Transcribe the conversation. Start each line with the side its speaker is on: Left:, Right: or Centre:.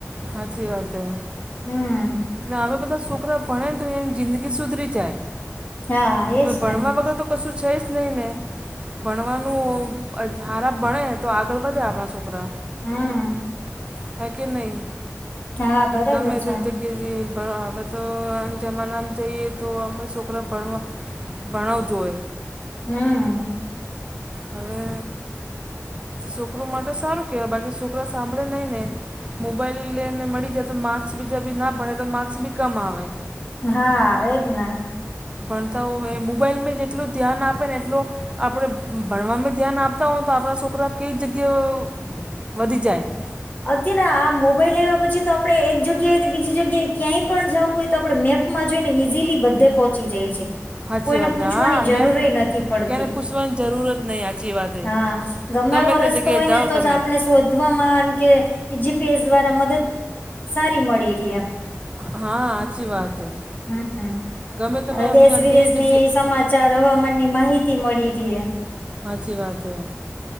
Right: હાચી વાત હે.
Left: હમ
Right: ના હવે બધા છોકરા ભણે ને તો એ જિંદગી સુધરી જાય
Left: હા
Right: હવે
Left: એજ
Right: ભણવા
Left: ને
Right: વગર તો કશું છે જ નહીં ને ભણવાનું હારા ભણે તો આગળ વધે આપણા છોકરા
Left: હમ્મ.
Right: કારકે નહી
Left: હા બરાબર
Right: ગમે
Left: છે
Right: તે જગ્ કે જે હવે તો જમાનામાં જઈએ તો ઓમે સોકરા ભણવા ભણાઉ જોએ.
Left: હમ્મ.
Right: હવે સોકરો માટે સારું કેવાય બાકી સોકરા સાંભળે નહી ને મોબાઈલ એને મળી જાય તો માર્ક્સ બીજા બી ના ભણે તો માર્ક્સ બી કમ આવે.
Left: હા એજ ને.
Right: ભણતા હોય એ મોબાઈલ મે જેટલું ધ્યાન આપે ને એટલું આપણે ભણવામાં ધ્યાન આપતા હોય તો આપણા છોકરા કઈક જગ્યા વધી જાય.
Left: અત્યારેના આ મોબાઈલ આયવા પછી તો આપડે એક જ ગ્યા થી બીજી જગ્યાએ ક્યાંય પણ જવું હોય તો આપણે મેપમાં જોઈ ને ઈઝીલી બધે પહોંચી જાય છે
Right: સાચી
Left: કોઈને
Right: વાત
Left: પૂછવાની
Right: હા
Left: જરૂરે
Right: મેં
Left: નથી પડતી
Right: ક્યાંને પૂછવાની જરૂર જ નહીં સાચી વાતે
Left: હા ગમેએવો
Right: ગમે તે
Left: રસ્તો
Right: જગ્યાએ
Left: હોય
Right: જાઓ
Left: ને તો
Right: તમે
Left: આપને શોધવામા કે જી. પી. એસ. દ્વારા મદદ સારી મળીરિઅ
Right: હા હાચી વાત હે
Left: હમ હમ
Right: ગમે તમે
Left: હવે
Right: આપણે
Left: દેશ
Right: અંધેરી
Left: વિદેશની
Right: જગ્યા
Left: સમાચાર હવામાનની માહિતી મળી રે.
Right: હાચી વાત હૈ.